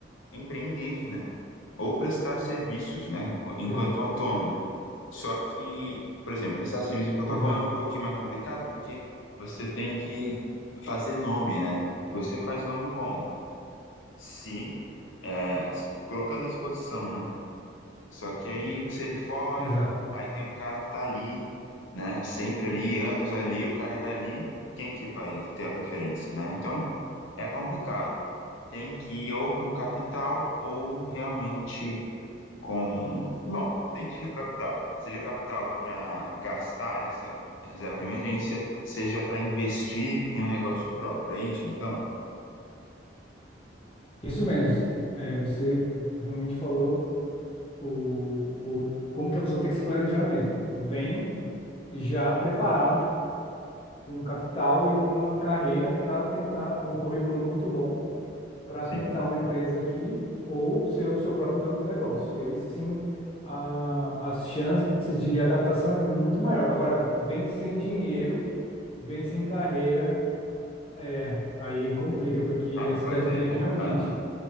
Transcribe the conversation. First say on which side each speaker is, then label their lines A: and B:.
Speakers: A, on the left; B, on the left.
A: empreender, né? Ou prestar serviços, né? Enqu- Enquanto
B: Ex-
A: autônomo. Só que, por exemplo, prestar serviço enquanto autônomo
B: Exato,
A: é um pouquinho mais complicado, porque você tem que fazer nome, né? E você faz nome como? Se, é, se colocando à disposição, né? Só que aí você é de fora,
B: exato.
A: aí tem um cara que tá ali, né? Sempre ali, anos ali, o cara é dali, quem que vai ter a preferência, né? Então é complicado. Tem que ir ou com capital ou realmente com. Bom, tem que ir com capital. Seja capital para gastar essa reserva de emergência, seja para investir em um negócio próprio. É isso, então?
B: Isso mesmo. É, você realmente falou o, o, como que a pessoa tem que se planejar mesmo. Vem já preparado, com um capital e com uma carreira para tentar um currículo muito bom para
A: Sim.
B: tentar uma empresa aqui ou ser o seu próprio dono do negócio. E aí sim, a- as chances de adaptação é muito maior. Agora, vem sem dinheiro, vem sem carreira, é, aí complica, porque
A: Rapaz,
B: a cidade
A: aí
B: grande
A: é complicado.
B: realmente